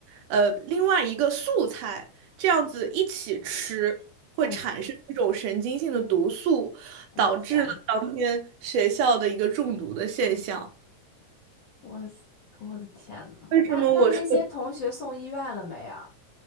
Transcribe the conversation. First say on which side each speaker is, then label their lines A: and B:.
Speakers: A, on the right; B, on the left.
A: 呃另外一个素菜这样子一起吃，会产生一种神经性的毒素。
B: 中我天呐，
A: 导致了当天学校的一个中毒的现象。
B: 我死我的天呐，
A: 为什么我说？
B: 那那那些同学送医院了没啊？